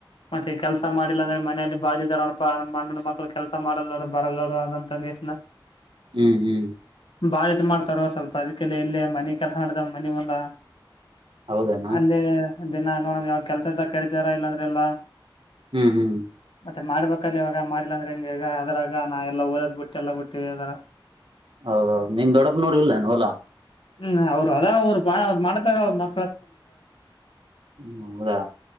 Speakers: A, on the left; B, on the right.
A: ಮತ್ತೆ ಕೆಲ್ಸ ಮಾಡಿಲ್ಲ ಅಂದ್ರೆ ಮನೆಯಲ್ಲಿ ಬಾಜಿಿದರಣಪ್ಪ ಮಣ್ಣ ಮಕ್ಕಳು ಕೆಲ್ಸ ಮಾಡಲ್ಲ ನೋಡು ಬರಲ್ಲ ನೋಡು ಅಂತ ದ್ನ.
B: ಹ್ಮ್ ಹ್ಮ್.
A: ಬಾಳ ಇದ್ ಮಾಡ್ತಾರ ಸ್ವಲ್ಪ ಅದಕ್ಕೆಲ್ಲ ಎಲ್ಲೇ ಮನೆ. ಕೆಲಸ ನಡ್ದಾವ ನಿಮ್ಮಲ್ಲ.
B: ಹೌದೇನಾ
A: ಅಲ್ಲಿೇ. ದಿನ ನೋಡಮ್ ಯಾವ ಕೆಲಸಂತ ಕಡಿತಾರಾ ಇಲ್ಲಾಂದ್ರೆ ಇಾ.
B: ಹ್ಮ್ ಹ್ಮ್.
A: ಮತ್ತೆ ಮಾಡ್ಬೇಕಲ್ಲಿ ಇವಾಗ ಮಾಡಲಾಂದ್ರೆ ಹೆಂಗಗೆಗ ಅದ್ರಾಗ ನಾ ಎಲ್ಲಾ ಓದ್ ಬಿಟ್ಟ ಎಲ್ಲ ಬಿಟ್ಟ ಅದರ.
B: ಹೌದೌದು ನಿಮ್ ದೊಡ್ಡಪುರ ನೋಡ್ ಇಲ್ಲ್ಲೇನು ಅಲಾ.
A: ಹ್ಮ್ ಅವರು ಅದ ಅವ್ರು ಮಾಡ್ತಾರ ಮ.
B: ಹ್ಮ ಹೌದಾ.